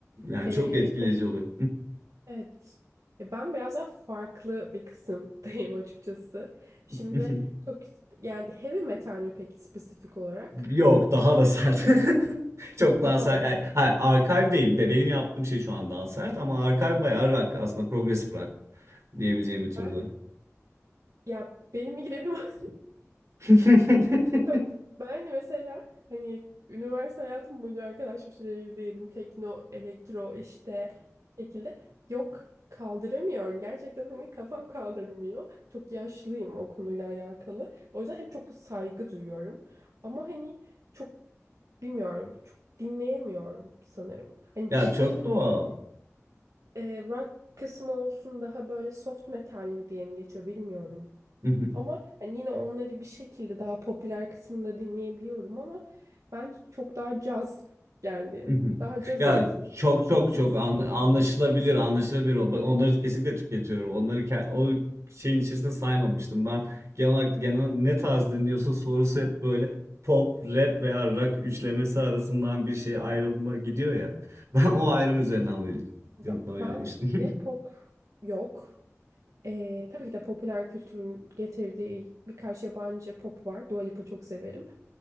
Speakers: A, on the right; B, on the right.
A: Yani
B: Ee,
A: çok etkileyici oluyor.
B: Evet. Ya ben biraz daha farklı bir kısımdayım <laughs> açıkçası. Şimdi
A: <laughs>
B: çok işte, yani heavy metal mi peki spesifik olarak?
A: Yok daha da sert. <laughs> Çok daha
B: Daha
A: sert.
B: da sert.
A: Yani, hayır, archive değil. Be- Benim yaptığım şey şu an daha sert ama archive bayağı rock aslında progressive rock diyebileceğim bir türde.
B: Ben ya benim migrenim <laughs>
A: <laughs>
B: çok ben hani, mesela hani üniversite hayatım boyunca arkadaşım işte evliydim. Tekno, elektro işte şekilde yok kaldıramıyorum. Gerçekten hani kafam kaldırmıyor. Çok yaşlıyım o konuyla alakalı. O yüzden hep çok saygı duyuyorum. Ama hani çok bilmiyorum çok dinleyemiyorum sanırım. Hani
A: Ya
B: bir şekilde
A: çok doğal.
B: hani e, rock kısmı olsun daha böyle soft metal mi diye mi geçiyor bilmiyorum.
A: <laughs>
B: Ama hani yine onları bir şekilde daha popüler kısmında dinleyebiliyorum ama ben çok daha caz yani
A: Hı hı.
B: daha caz
A: Ya
B: olsun.
A: çok çok
B: Klasik
A: çok an-
B: müzik
A: anlaşılabilir,
B: olsun.
A: anlaşılabilir. O- Onları kesinlikle tüketiyorum. Onları ke- o şeyin içerisinde saymamıştım. Ben genel olarak genel ne tarz dinliyorsun sorusu hep böyle pop, rap veya rock üçlemesi arasından bir şey ayrılma gidiyor ya. <laughs> Ben o ayrım üzerinden bu yanıtlama
B: Ya
A: yapmıştım.
B: ben de pop yok. E, tabii ki de popüler kültürün getirdiği birkaç yabancı pop var. Dua Lipa çok severim.